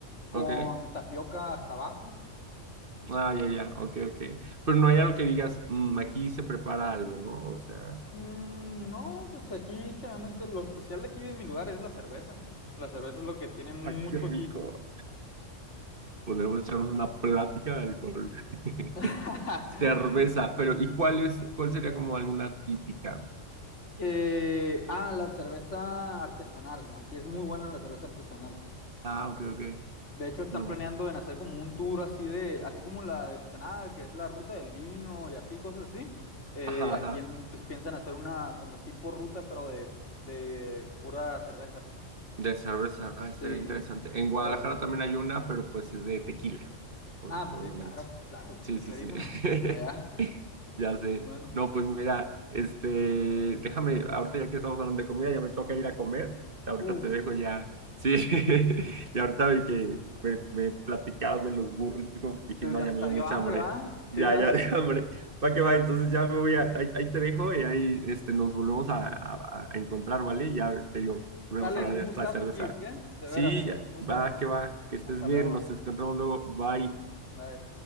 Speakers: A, on the left (about 70°); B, on the right (about 45°).
A: con
B: ok.
A: tapioca hasta abajo.
B: Ah, ya, ya, ok, ok. Pero no hay algo que digas, "Mm, aquí se prepara algo, ¿no? O sea,
A: Mm, no, pues aquí generalmente lo especial de aquí de mi lugar es la cerveza. La cerveza es lo que tiene mucho
B: ah, qué rico.
A: aquí.
B: Podríamos echarnos una plática de alcohol. <laughs>
A: <laughs>
B: Cerveza, pero ¿y cuál es, cuál sería como alguna típica?
A: Eh, ah, la cerveza artesanal. Aquí es muy buena la cerveza artesanal.
B: Ah, ok, ok.
A: De hecho, están
B: No,
A: planeando en hacer como un tour así de, así como la de Ensenada, que es la ruta del vino y así, cosas así. Eh,
B: ajá,
A: aquí
B: ajá.
A: en- pues piensan hacer una como tipo ruta, pero de, de pura cerveza. pues.
B: De cerveza, ah,
A: Sí,
B: estaría interesante. En
A: en
B: Guadalajara
A: varios lugares.
B: también hay una, pero pues es de tequila. obviamente.
A: Ah, pues sí, claro, claro,
B: Sí, sí,
A: clarísimo.
B: sí. <laughs>
A: Allá.
B: Ya sé.
A: Bueno,
B: No, pues mira, este, déjame, ahorita ya que estamos hablando de comida, ya me toca ir a comer. Ahorita
A: uff,
B: te dejo ya. Sí, <laughs> y ahorita vi que me, me platicabas de los burritos, como que dije, no, ya
A: hasta
B: me dio
A: dio
B: mucha
A: hambre,
B: hambre.
A: ¿ah?
B: Ya,
A: Sí, ¿ah?
B: ya, <laughs> de hambre. Va que va, entonces ya me voy a, ahí, ahí te dejo y ahí este, nos volvemos a, a, a encontrar, ¿vale? Ya te digo, volvemos
A: sale,
B: a hablar
A: un
B: de
A: gustazo,
B: esta cerveza.
A: Kirk, ¿eh? De
B: Sí,
A: veras,
B: ya,
A: un gustazo.
B: va, que va, que estés
A: Hasta
B: bien,
A: luego.
B: nos encontramos luego, bye.
A: Bye.